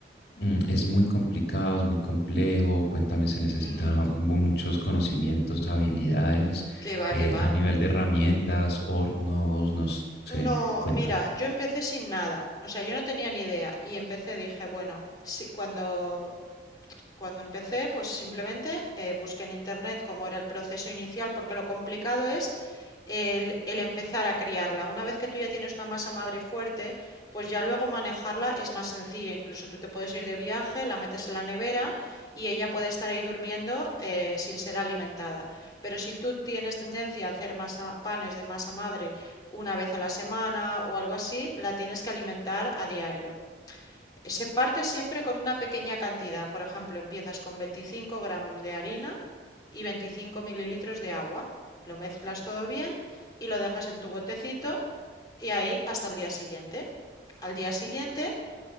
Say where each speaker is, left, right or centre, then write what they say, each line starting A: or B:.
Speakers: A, on the left; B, on the left.
A: mm, Es muy complicado, es muy complejo. Cuéntame, se necesita
B: Mm,
A: mu- muchos conocimientos, habilidades,
B: qué va,
A: eh,
B: qué va.
A: a nivel de herramientas, hornos, no sé.
B: No,
A: Cuéntame.
B: mira, yo empecé sin nada, o sea, yo no tenía ni idea y empecé, dije, bueno, si cuando cuando empecé, pues simplemente eh, busqué en internet cómo era el proceso inicial, porque lo complicado es el, el empezar a criarla. Una vez que tú ya tienes una masa madre fuerte, pues ya luego manejarla es más sencillo. Incluso tú te puedes ir de viaje, la metes en la nevera y ella puede estar ahí durmiendo eh, sin ser alimentada. Pero si tú tienes tendencia a hacer masa- panes de masa madre una vez a la semana o algo así, la tienes que alimentar a diario. Se parte siempre con una pequeña cantidad, por ejemplo, empiezas con 25 gramos de harina y 25 mililitros de agua, lo mezclas todo bien y lo dejas en tu botecito y ahí hasta el día siguiente. Al día siguiente